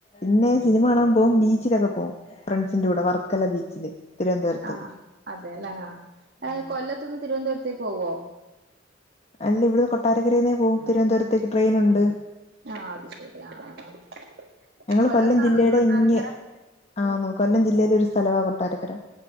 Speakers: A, on the left; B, on the right.
A: ഇന്നെ സിനിമ കാണൻ പോം നീ ച്ചിലൊക്കെ പോവും ഫ്രണ്ട്സിന്റെ കൂടെ വർക്കല ബീച്ചില് തിരുവനന്തപുരത്ത്
B: ആഹ് അതെല്ലേ ആഹ്
A: ഉം
B: കൊല്ലത്തു നിന്ന് തിരുവനന്തപുരത്തേക്ക് പോവോ
A: അല്ല ഇവിടുന്ന് കൊട്ടാരക്കരേൽന്ന പോവും തിരുവന ന്തപുരത്തേക്ക് ട്രെയിനുണ്
B: ആഹ് അത് ശരി ആഹ് ആഹ് ആഹ്
A: ഞങ്ങള്
B: കൊല്ലത്താണോ
A: കൊല്ലം ജില്ലയുടെ
B: ഈ കൊട്ടാരക്കര
A: ഇങ്ങേ ആ കൊല്ലം ജില്ല ഒരു സ്ഥലവ കൊട്ടാരക്കര